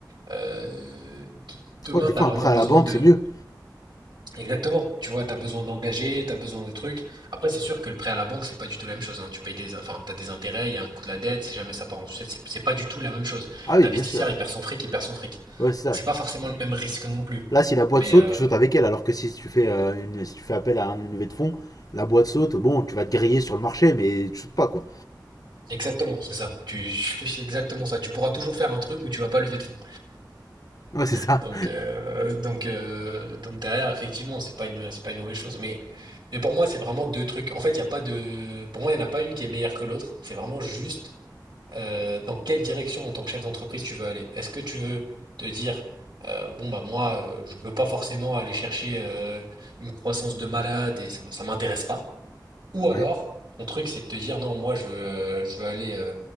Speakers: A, on the right; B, on the left.
A: Euh, d- demain,
B: Ouais, des
A: tu
B: fois,
A: as vraiment
B: un prêt
A: besoin
B: à la banque,
A: de...
B: c'est mieux.
A: Exactement, tu vois, tu as besoin d'engager, tu as besoin de trucs. Après, c'est sûr que le prêt à la banque, c'est pas du tout la même chose. hein. Tu payes des... Enfin, t'as des intérêts, il y a un coût de la dette, si jamais ça part en sucette, c'est c'est pas du tout la même chose.
B: Ah oui,
A: L'investisseur,
B: bien sûr.
A: il perd son fric, il perd son fric.
B: Ouais, c'est
A: Donc,
B: ça.
A: c'est pas forcément le même risque non plus.
B: Là, si la boîte
A: Mais
B: saute,
A: euh,
B: tu sautes avec elle. Alors que si tu fais, euh, une- si tu fais appel à un- une levée de fonds, la boîte saute, bon, tu vas te griller sur le marché, mais tu sautes pas, quoi.
A: exactement, c'est ça. Tu, <laughs> c'est exactement ça. Tu pourras toujours faire un truc où tu vas pas lever de fonds.
B: Ouais, c'est ça.
A: Donc, euh, donc, euh, donc derrière, effectivement, c'est pas une, c'est pas une mauvaise chose. Mais, mais pour moi, c'est vraiment deux trucs. En fait, il y a pas de, pour moi, il n'y en a pas une qui est meilleure que l'autre. C'est vraiment juste euh, dans quelle direction, en tant que chef d'entreprise, tu veux aller. Est-ce que tu veux te dire, euh, bon bah moi, euh, je veux pas forcément aller chercher euh, une croissance de malade et ça, m- ça m'intéresse pas. Ou alors,
B: Ouais.
A: ton truc, c'est de te dire non, moi je veux, euh, je veux aller, euh,